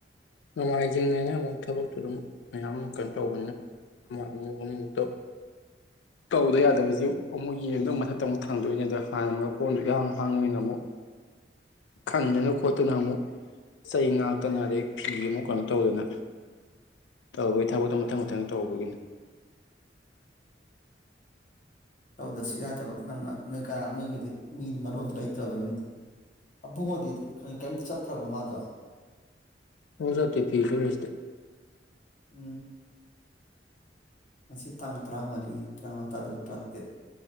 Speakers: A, on the left; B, on the left.
A: ꯅꯣꯡꯃꯥꯏꯖꯤꯡꯅꯤꯅ ꯑꯃꯨꯛ ꯊꯕꯛꯇꯨ ꯑꯗꯨꯝ ꯃꯌꯥꯝ ꯀꯩꯅꯣ ꯇꯧꯕꯅꯤꯅ ꯑꯃ ꯑꯃ ꯑꯃꯃꯨꯛꯇꯣ ꯇꯧꯗ ꯌꯥꯗꯕꯁꯤ ꯑꯃꯨꯛ ꯌꯦꯡꯗ ꯃꯊꯛꯇ ꯑꯃꯨꯛ ꯊꯥꯡꯗꯣꯏꯅꯦ ꯑꯗ ꯁꯥꯟꯅꯅꯕ ꯐꯣꯟꯗꯨ ꯏꯍꯥꯡ ꯍꯥꯡ ꯑꯣꯏꯅ ꯑꯃꯨꯛ ꯈꯟꯗꯅ ꯈꯣꯠꯇꯅ ꯑꯃꯨꯛ ꯆꯩ ꯉꯥꯛꯇꯅ ꯑꯗꯩ ꯐꯤ ꯑꯃꯨꯛ ꯀꯩꯅꯣ ꯇꯧꯗꯅ ꯇꯧꯕꯒꯤ ꯊꯕꯛꯇꯣ ꯃꯊꯪ ꯃꯊꯪ ꯇꯧꯕꯒꯤꯅꯤ
B: ꯇꯧꯗ꯭ꯔꯁꯨ ꯌꯥꯗꯕ ꯅꯪꯅ ꯅꯣꯏ ꯀꯔꯥ ꯅꯣꯏꯒꯤꯗꯤ ꯃꯤ ꯃꯔꯣꯟꯗꯨꯣ ꯂꯩꯇ꯭ꯔꯕꯅꯤꯅ ꯑꯕꯨꯡꯉꯣꯗꯤꯗꯤ ꯀꯩꯝ ꯆꯠꯇ꯭ꯔꯕ ꯃꯥꯗꯣ
A: ꯍ ꯆ ꯊ ꯐꯤꯤꯁ ꯍꯂꯁꯗꯦ
B: ꯑꯣ ꯃꯁꯤ ꯇꯥꯡ ꯇꯔꯥꯃꯔꯤ ꯇꯔꯥꯃꯥꯊꯥꯗ ꯇꯔꯥꯇꯔꯦꯠ